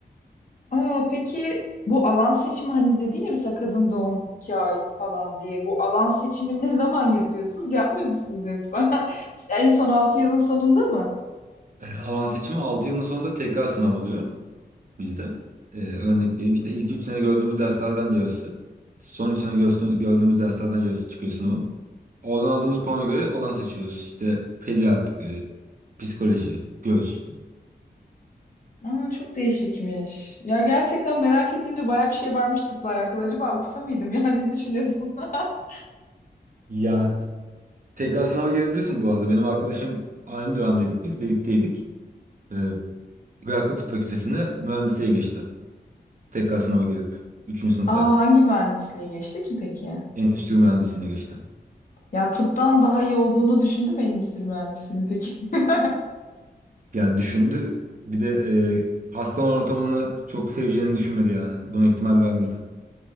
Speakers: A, on the left (about 55°); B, on the right (about 50°).
A: Aa, peki bu alan seçimi hani dedin ya mesela kadın doğum iki ay falan diye bu alan seçimini ne <laughs> zaman yapıyorsunuz? Yapmıyor musunuz yoksa? <laughs> En son altı yılın sonunda mı?
B: Ee, alan seçimi 6 yılın sonunda tekrar sınav oluyor. bizde. Ee, örnek vereyim işte ilk 3 sene gördüğümüz derslerden yarısı. Son 3 sene gördüğümüz, gördüğümüz derslerden yarısı çıkıyor sınavın. Oradan aldığımız puana göre alan seçiyoruz. İşte pediatri, psikoloji, göz.
A: Aa, çok değişikmiş. Ya gerçekten merak ettiğimde bayağı bir şey varmış tıpla alakalı. Acaba okusa mıydım ya <laughs> ne düşünüyorsun? <laughs>
B: Ya tekrar sınava girebilirsin bu arada. Benim arkadaşım aynı dönemdeydik. Biz birlikteydik. Ee, Iraklı Tıp Fakültesi'ne mühendisliğe geçti. Tekrar sınava girip. üçüncü sınıftayken.
A: Aa, hangi mühendisliğe geçti ki peki?
B: Endüstri mühendisliğine geçti.
A: Ya tıptan daha iyi olduğunu düşündüm endüstri mühendisliğini peki. <laughs>
B: Ya düşündü. Bir de e, hastane ortamını çok seveceğini düşünmedi yani. Buna ihtimal vermedi.